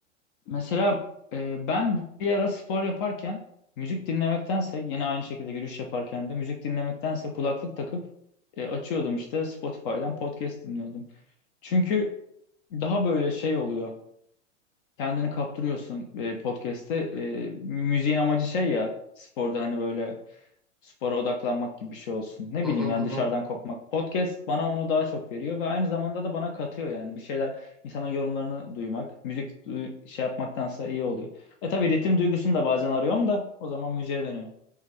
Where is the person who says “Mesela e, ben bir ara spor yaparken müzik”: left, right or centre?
Left